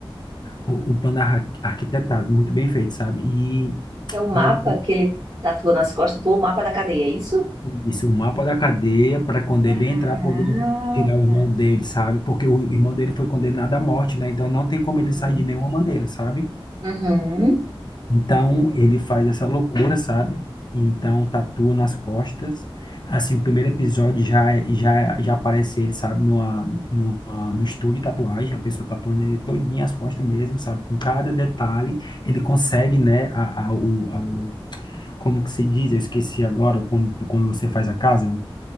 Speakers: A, on the left (about 50°); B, on the right (about 45°).
A: o, o plano arqu- arquitetado, muito bem feito, sabe? E
B: É o mapa
A: para ele ter
B: que ele tatua nas costas, pô, o mapa da cadeia, é isso?
A: isso, o mapa da cadeia para quando
B: Caraca.
A: ele entrar poder tirar o irmão dele, sabe? Porque o irmão dele foi condenado à morte, né? Então não tem como ele sair
B: Uhum.
A: de nenhuma maneira, sabe?
B: Uhum.
A: Então ele faz essa loucura, sabe? E então tatua nas costas. Assim, o primeiro episódio já é- já já aparece ele, sabe, numa, numa, no estúdio de tatuagem, a pessoa tatuando ele todinho as costas mesmo, sabe? Com cada detalhe, ele consegue, né, a, a, o, a, o- como que se diz? Eu esqueci agora, quando, quando você faz a casa,